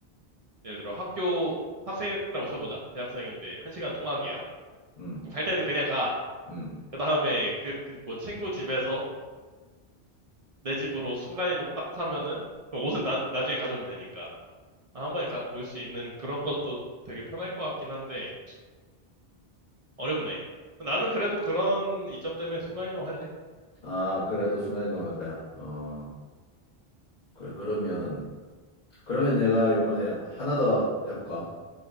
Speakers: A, on the right; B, on the left.
A: 예를 들어 학교 학생이라고 쳐보자. 대학생인데 한 시간 통학이야.
B: 음.
A: 갈 때는 그냥 가.
B: 음.
A: 그 다음에 그, 그 뭐 친구 집에서 내 집으로 순간이동 딱 타면은 그 옷은 나, 나중에 가져오면 되니까. 아, 한 번에 올 수 있는 그런 것도 되게 편할 것 같긴 한데 어렵네. 나는 그래도 그런 이점 때문에 순간이동 할래.
B: 아, 그래도 순간 이동할 거야. 어. 그, 그러면 그러면 내가 요번에 하나 더 해볼까?